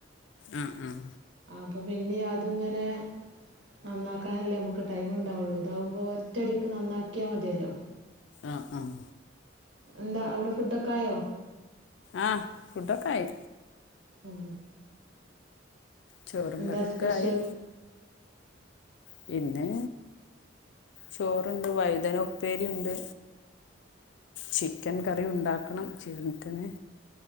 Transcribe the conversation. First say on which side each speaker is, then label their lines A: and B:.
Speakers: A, on the left; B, on the right.
A: ആഹ് ആഹ്
B: അത് പിന്നെ അതിങ്ങനെ നന്നാക്കാനല്ലേ നമക്ക് ടൈം ഉണ്ടാവുള്ളൂ ഇതാവുമ്പോ ഒറ്റയടിക്ക് നന്നാക്ക്യാ മതിയല്ലോ
A: ആഹ് ആഹ്
B: എന്താ അവടെ ഫുഡൊക്കായോ
A: ആഹ് ഫുഡൊക്കെ ആയി
B: ഉം
A: ചോറുംകറിയും
B: എന്താ
A: ഒക്കെയായി
B: സ്പെഷ്യൽ
A: പിന്നെ ചോറുണ്ട് വഴുതന ഉപ്പേരിണ്ട് ചിക്കൻ കറി ഉണ്ടാക്കണം ചിക്കന്